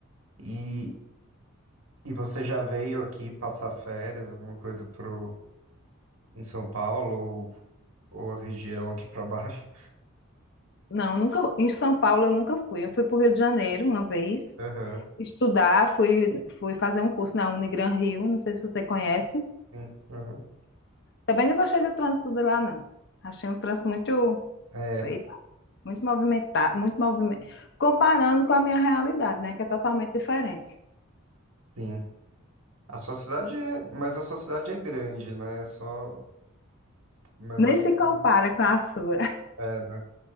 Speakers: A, on the right; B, on the left.
A: E, e você já veio aqui passar férias, alguma coisa pro... em São Paulo ou, ou a região aqui pra baixo?
B: Não, nunca em São Paulo eu nunca fui. Eu fui para o Rio de Janeiro uma vez.
A: Aham,
B: estudar, fui, fui fazer um curso na Unigran Rio, não sei se você conhece.
A: Sim. Uhum.
B: Também não gostei do trânsito de lá, não. Achei um trânsito muito,
A: É,
B: sei lá, muito movimentado, muito movimento. Comparando com a minha realidade, né, que é totalmente diferente.
A: sim. A sua cidade é... Mas a sua cidade é grande, né? É Só... Mas
B: Nem
A: acho
B: se compara
A: que...
B: com a sua.
A: É, né?